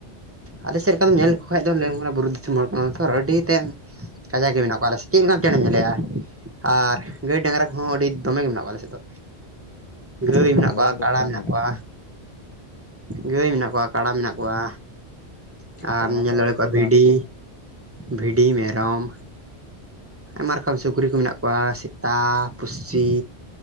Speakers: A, on the right; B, on the left.
A: ᱟᱞᱮ ᱥᱮᱫ ᱞᱮᱠᱟᱢ ᱧᱮᱞ ᱞᱮᱠᱚ ᱠᱷᱟᱱ ᱫᱚ ᱞᱟᱹᱭᱟᱢ ᱠᱟᱱᱟ ᱵᱩᱨᱩ ᱫᱤᱥᱚᱢ ᱦᱚᱲ ᱠᱟᱱᱟ ᱛᱚ ᱟᱹᱰᱤᱛᱮᱫ, ᱠᱟᱡᱟᱠ ᱜᱤ ᱢᱮᱱᱟᱜ ᱠᱚᱣᱟ ᱪᱮᱫ ᱞᱮᱠᱟᱢ ᱪᱮᱬᱮᱢ ᱧᱮᱞᱮᱭᱟ? ᱟᱨ ᱜᱟᱹᱭ ᱰᱟᱝᱨᱟ ᱠᱚᱦᱚᱸ ᱟᱹᱰᱤ ᱫᱚᱢᱮ ᱜᱮ ᱢᱮᱱᱟᱜ ᱠᱚᱣᱟ ᱟᱞᱮ ᱥᱮᱫ ᱫᱚ ᱜᱟᱹᱭ
B: ᱚ
A: ᱢᱮᱱᱟᱜ
B: ᱟᱞᱮ
A: ᱠᱚᱣᱟ
B: ᱥᱮᱫ
A: ᱠᱟᱲᱟ
B: ᱫᱚ ᱠᱚᱢ
A: ᱢᱮᱱᱟᱜ ᱠᱚᱣᱟ, ᱜᱟᱹᱭ ᱢᱮᱱᱟᱜ ᱠᱚᱣᱟ ᱠᱟᱲᱟ ᱢᱮᱱᱟᱜ ᱠᱚᱣᱟ ᱟᱨ
B: ᱠᱟᱬᱟ
A: ᱧᱮᱞ
B: ᱛᱚ
A: ᱫᱟᱲᱮ
B: ᱟᱞᱮ
A: ᱠᱚᱣᱟ
B: ᱥᱮᱫ
A: ᱵᱷᱤᱰᱤ
B: ᱫᱚ ᱟᱨᱚ ᱠᱚᱢ
A: ᱵᱷᱤᱰᱤ ᱢᱮᱨᱚᱢ ᱟᱭᱢᱟ ᱨᱚᱠᱚᱢ ᱥᱩᱠᱨᱤ ᱠᱚ ᱢᱮᱱᱟᱜ ᱠᱚᱣᱟ ᱥᱮᱛᱟ ᱯᱩᱥᱤᱥᱤ